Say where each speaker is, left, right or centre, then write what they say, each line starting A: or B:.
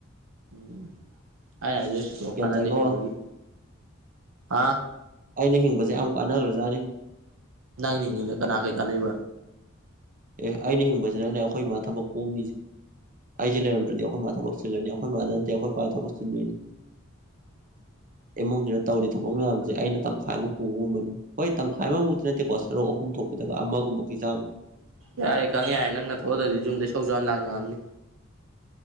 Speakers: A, on the right; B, on the right.
A: ꯎꯝ ꯑꯩꯅ ꯍꯥꯏꯖ ꯁꯤꯗꯣꯛꯈꯣ
B: ꯒ꯭ꯌꯥꯟ
A: ꯀꯥꯅꯗꯦ
B: ꯇꯥꯏꯀꯣ
A: ꯍꯤꯡꯕꯒꯤ ꯑꯥ
B: ꯑꯩꯅ ꯍꯤꯡꯕꯁꯦ ꯌꯥꯝ ꯀꯥꯟꯅꯈ꯭ꯔꯖꯥꯠꯅꯤ
A: ꯅꯪꯅ ꯍꯤꯡꯗꯅ ꯀꯅꯥ ꯀꯩ ꯀꯥꯟꯅꯩꯕ
B: ꯑꯦ ꯑꯩꯅ ꯍꯤꯡꯕꯁꯤꯅꯅꯦ ꯑꯩꯈꯣꯏ ꯃꯥꯃ ꯊꯕꯛ ꯀꯣꯝꯃꯤꯁꯦ ꯑꯩꯁꯦ ꯂꯩꯝꯗ꯭ꯔꯗꯤ ꯑꯩꯈꯣꯏ ꯃꯥ ꯊꯕꯛ ꯆꯤꯜꯂꯅꯤ ꯑꯩꯈꯣꯏ ꯃꯥꯗ ꯅꯠꯇꯦ ꯑꯩꯈꯣꯏ ꯄꯥꯗ ꯊꯕꯛ ꯆꯤꯟꯗꯣꯏꯅꯤ
A: ꯎ
B: ꯏꯃꯨꯡꯁꯤꯅ ꯇꯧꯔꯤ ꯊꯕꯛ ꯃꯌꯥꯝꯁꯦ ꯑꯩꯅ ꯇꯪꯈꯥꯏ ꯑꯃ ꯄꯨꯕꯒꯨꯝꯕꯅꯦ ꯍꯣꯏ ꯇꯪꯈꯥꯏ ꯑꯃꯃꯨꯛꯇꯤ ꯅꯠꯇꯦꯀꯣ ꯁꯔꯨꯛ ꯑꯍꯨꯝ ꯊꯣꯛꯄꯗꯒ ꯑꯃꯒꯨꯝꯕꯒꯤ ꯆꯥꯡ
A: ꯌꯥꯔꯦ ꯈꯪ ꯌꯥꯔꯦ ꯅꯪꯅ ꯊꯣꯛꯂꯑꯗꯗꯤ ꯌꯨꯝꯗꯩ ꯁꯧꯁꯨ ꯌꯥꯝ ꯂꯥꯛꯅꯔꯑꯝꯅꯤ